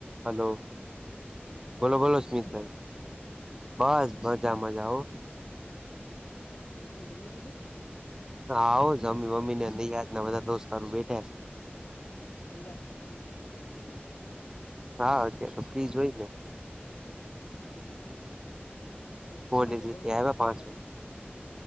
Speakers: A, on the right; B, on the left.
A: Hello! બોલો
B: શૈલેષભાઈ
A: બોલો સુમિતભાઈ.
B: હું કરો?
A: બસ મજામાં જ આહો
B: એમ છે. શું જમી લીધું?
A: હાઉ જમી બમીને નિરાંતના બધા દોસ્તારું બેયઠાયાશે.
B: નિરાંતના ફ્રી થઈને ફ્રેડ જોડે બેઠા એમને?
A: હા અત્યાંર તો ફ્રી જ હોય ને.
B: હમ્મ. એવું
A: કોલેજ
B: કેમ આજે બોલો
A: થી આવ્યા
B: યાદ કર્યા
A: પાંચ
B: ભાઈને?
A: વાગે